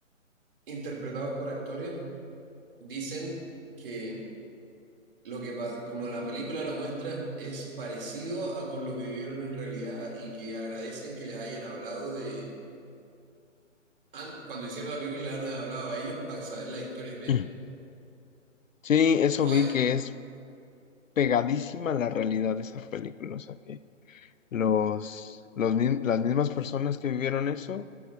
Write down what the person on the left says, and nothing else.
Ujú. Sí, eso
vi
que es pegadísima a la realidad de esa película, o sea que los, los, mi- las mismas personas que vivieron eso